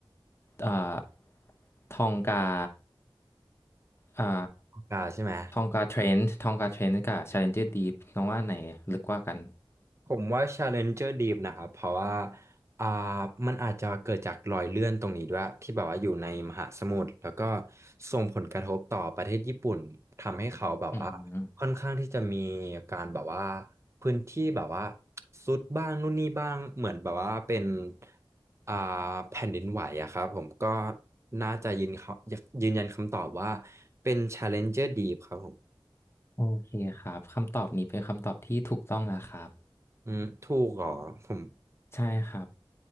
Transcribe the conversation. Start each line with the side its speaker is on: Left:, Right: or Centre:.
Left: อ่าทองกาอ่า
Right: คาใช่ไหม
Left: ทองกาเทรนด์ทองกาเทรนด์กับ Stranger Deep น้องว่าอันไหนลึกกว่ากัน
Right: ผมว่า Challenger Deep นะครับเพราะว่าอ่ามันอาจจะเกิดจากรอยเลื่อนตรงนี้ด้วยที่แบบว่าอยู่ในมหาสมุทรแล้วก็ส่งผลกระทบต่อประเทศญี่ปุ่นทำให้เขาแบบว่าค่อนข้างที่จะมี
Left: อืม
Right: การแบบว่าพื้นที่แบบว่าซุดบ้างนู่นนี่บ้างเหมือนแบบว่าเป็นอ่าแผ่นดินไหวอะครับผมก็น่าจะยืนเขายืนยันคำตอบว่าเป็น Challenger Deep ครับผม
Left: โอเคครับคำตอบนี้เป็นคำตอบที่ถูกต้องแล้วครับ
Right: อืมถูกเหรอผม
Left: ใช่ครับ